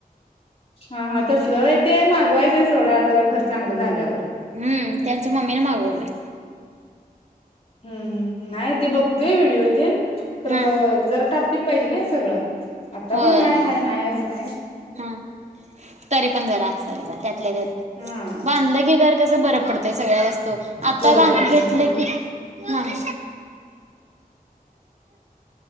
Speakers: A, on the left; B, on the right.
A: हा, हा तसलं व्हय ते मागवायचंय सोडा जरा घर चांगलं झाल्यावर.
B: हम् ते आमच्या मम्मीने मागवलंय.
A: हम्म, हम्म नाय ते बघतोय व्हिडिओ तेन खरं
B: हा
A: जरा टापटिप पाहिजे नाय सगळं. आता
B: होय
A: पण हाय, हाय नाय असं नाय.
B: हा. तरी पण जरा असावं त्यातल्यात्यात
A: हा
B: बांधलं की घर कस बर पडतय सगळ्यास व त आता
A: बरं
B: घाण
A: पडते
B: घेतलं
A: हा
B: की हा, हा. <unintelligible>